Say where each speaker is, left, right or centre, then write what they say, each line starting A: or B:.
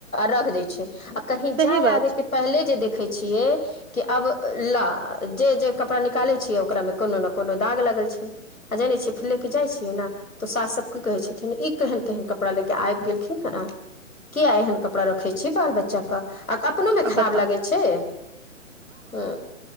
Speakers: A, on the left; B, on the right.
A: रख <unintelligible> देय छै आ कहीं
B: सही
A: जाय
B: बात
A: आबे
B: छै
A: के पहले जे देखे छियए कि आब ला जे जे कपड़ा निकालै छियै ओकरामे कोनो ने कोनो दाग लागल छै आ जानने छियै फिर ले क जाइ छियै ने तऽ सास सब की कहै छथिन इ केहन केहन कपड़ा ले कऽ आबि गेलखिन हे किया एहन कपड़ा रखे छी बाल बच्चा के आक अपनो मे
B: आब
A: खराब
B: बताउ
A: लगै छै ह